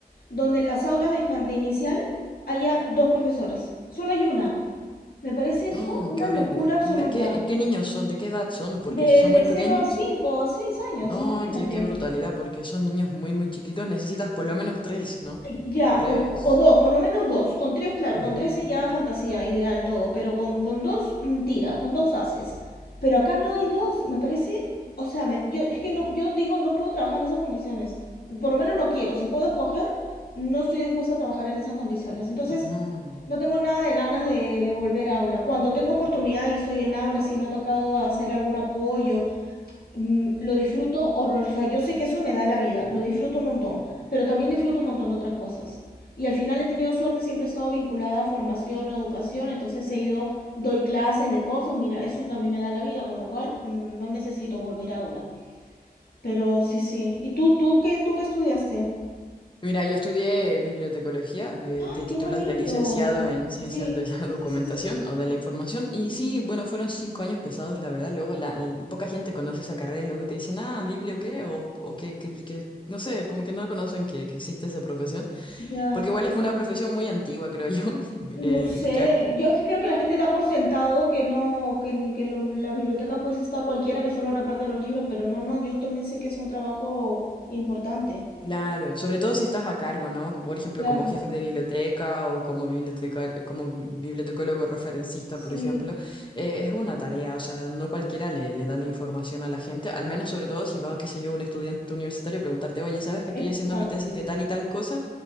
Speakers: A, on the left (about 70°); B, on the left (about 30°).
A: donde en las aulas de infante inicial haya dos profesoras. Solo hay una. Me parece eso
B: No,
A: una
B: qué horrible.
A: locura absoluta.
B: ¿Y de qué, qué niños son? ¿De qué edad son? Porque
A: De,
B: si son
A: de
B: muy
A: cero
B: pequeños,
A: a 5 a 6 años,
B: no,
A: imagínate.
B: qué, qué brutalidad, porque son niños muy, muy chiquitos. Necesitas por lo menos tres, ¿no?
A: Eh, Ya,
B: Tres.
A: o, o dos, por lo menos dos. Con tres, claro,
B: Ujú.
A: con tres es ya fantasía, ideal todo, pero con, con dos mm, tiras, con dos haces. Pero acá no hay dos, me parece, o sea, me- yo es que no, yo digo, no puedo trabajar en esas condiciones. Por lo menos no quiero. Si puedo escoger, no estoy dispuesta a trabajar en esas condiciones. Entonces,
B: No.
A: no tengo nada de ganas de, de volver a aula. Cuando tengo oportunidad y estoy en aula, si me ha tocado hacer algún apoyo mm, lo disfruto horror. O sea, yo sé que eso me da la vida, lo disfruto un montón, pero también disfruto un montón de otras cosas. Y al final he tenido suerte, siempre he estado vinculada a formación, a educación, entonces he ido, doy clases de cosas, mira, eso también me da la vida, con lo cual mm, no necesito volver a aula. Pero sí, sí. ¿Y tú, tú qué, tú qué estudiaste?
B: Mira, yo estudié bibliotecología, que
A: ¡Ah,
B: te titulas
A: qué bonito!
B: de licenciado en ciencias
A: Sí,
B: de la <laughs> documentación
A: sí, sí, sí.
B: o de la información. Y sí, bueno, fueron cinco años pesados, la verdad. Luego la, l- poca gente conoce esa carrera y luego te dicen, ah, biblio qué, o, o que, que, que- no sé, como que no conocen que, que existe esa profesión.
A: Ya.
B: Porque igual es una profesión muy antigua, creo yo. <laughs>
A: No
B: Eh,
A: sé,
B: ya
A: yo es que creo que la gente da por sentado que no, que, que los- las bibliotecas pues está cualquiera que solo reparte los libros, pero no, no, yo también sé que es un trabajo importante.
B: Claro, sobre todo si estás a cargo, ¿no? Por ejemplo,
A: Claro,
B: como jefe de biblioteca o como bibliotecario, como bibliotecólogo referencista,
A: sí,
B: por ejemplo, eh, es una tarea, o sea, no cualquiera le, le da la información a la gente, al menos sobre todo si va, qué sé yo, un estudiante universitario a preguntarte, oye, ¿sabes que estoy
A: exacto.
B: haciendo mi tesis de tal y tal cosa?